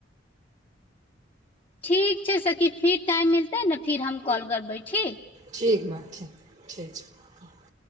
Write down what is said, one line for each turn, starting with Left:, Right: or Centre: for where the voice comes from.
Left: ठीक छैय सखी फिर टाइम मिलतै ने फिर हम कॉल करबै ठीक
Right: ठीक बात ठीक ठीक छै